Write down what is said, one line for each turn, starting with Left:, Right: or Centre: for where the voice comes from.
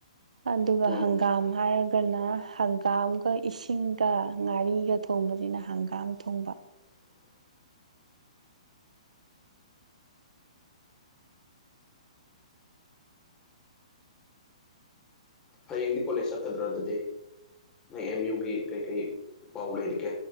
Right: ꯑꯗꯨꯒ
Left: ꯎꯝ
Right: ꯍꯪꯒꯥꯝ ꯍꯥꯏꯔꯒꯅ ꯍꯪꯒꯥꯝꯒ ꯏꯁꯤꯡꯒ ꯉꯥꯔꯤꯒ ꯊꯣꯛ ꯊꯣꯡꯕꯁꯤꯅ ꯍꯪꯒꯥꯝ ꯊꯣꯡꯕ
Left: ꯎ ꯍꯌꯦꯡꯗꯤ ꯀꯣꯂꯦꯖ ꯆꯠꯀꯗ꯭ꯔꯥ ꯑꯗꯨꯗꯤ ꯃꯣꯏ ꯑꯦꯝ ꯌꯨꯒꯤ ꯀꯩꯀꯩ ꯄꯥꯎ ꯂꯩꯔꯤꯒꯦ